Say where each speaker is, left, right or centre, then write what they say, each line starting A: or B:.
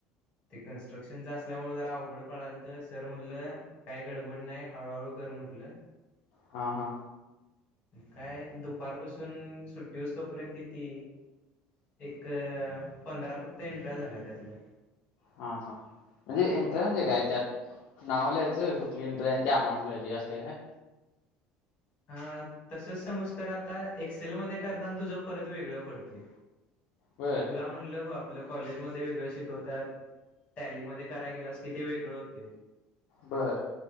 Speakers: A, on the left (about 30°); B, on the left (about 55°).
A: ते कन्स्ट्रक्शनच असल्यामुळे जरा अवघड पळालत सर म्हटलं काय गडबड नाही हळूहळू कर म्हंटलं
B: हा-हा.
A: काय दुपारपासून सुट्टी होवूस तोपर्यंत किती एक पंधरा फक्त एंट्रया झालया त्यातल्या.
B: हा हा म्हणजे एंट्रया म्हणजे काय त्यात? नाव लिहायचं कुठली इंटरी आहे आणि ते अमाऊंट ल्यायची असत्या काय
A: ह तसच समज कर आता एक्सेलमध्येध्ये करताना तुझ परत वेगळ पडतय.
B: बर
A: जा म्हणल ब आपल कॉलेजमध्ये वेगळ शिकवतात. टॅलीमध्येध्ये कराय गेलास कि ते वेगळ होतय.
B: बर